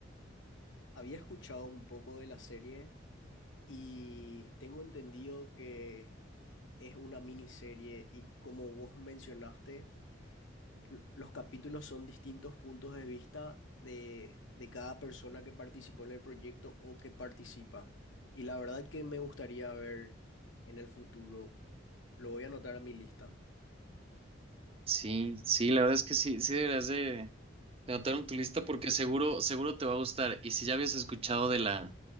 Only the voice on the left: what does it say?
Había escuchado un poco de la serie, Y tengo entendido que es una miniserie y como vos mencionaste, l- los capítulos son distintos puntos de vista de, de cada persona que participó en el proyecto o que participa. Y la verdad que me gustaría ver en el futuro. Lo voy a anotar a mi lista.